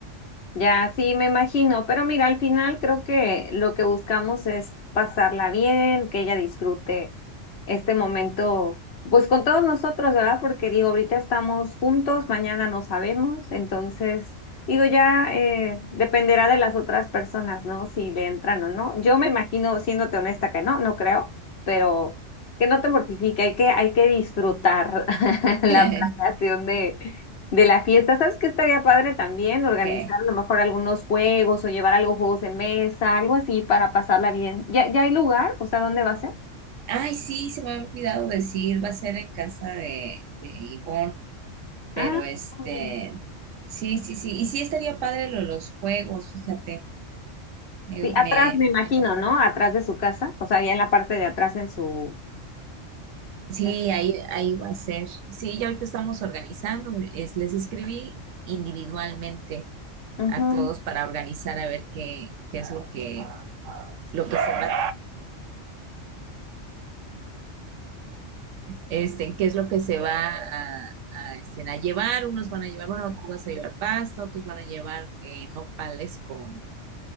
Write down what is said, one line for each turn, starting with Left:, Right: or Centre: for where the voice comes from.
Left: Ya, sí, me imagino, pero mira, al final creo que lo que buscamos es pasarla bien, que ella disfrute este momento, pues con todos nosotros, ¿verdad? Porque digo, ahorita estamos juntos, mañana no sabemos, entonces, digo, ya eh, dependerá de las otras personas, ¿no? Si le entran o no. Yo me imagino, siéndote honesta, que no, no creo, pero que no te mortifique, hay que, hay que disfrutar <laughs> la
Right: <laughs>
Left: planeación de la fiesta. ¿Sabes qué estaría padre también? Organizar
Right: ¿Qué?
Left: a lo mejor algunos juegos o llevar algo juegos de mesa, algo así para pasarla bien. ¿Ya, ya hay lugar? O sea, ¿dónde va a ser?
Right: Ay, sí, se me había olvidado decir, va a ser en casa de, de Ivonne, pero
Left: Ah,
Right: este,
Left: claro.
Right: sí, sí, sí, y sí estaría padre lo de los juegos, fíjate. Me,
Left: sí,
Right: me-
Left: atrás me imagino,
Right: me la-
Left: ¿no? Atrás de su casa, o sea, ya en la parte de atrás en su...
Right: sí,
Left: en-
Right: ahí, ahí va a ser. Sí, ya ahorita estamos organizando. es- les escribí individualmente
Left: Ujú,
Right: a todos para organizar a ver qué, qué es lo que, lo que se va, este, qué es lo que se va a, a, este, a llevar. Unos van a llevar, bueno, tú vas a llevar pasta, otros van a llevar eh, nopales con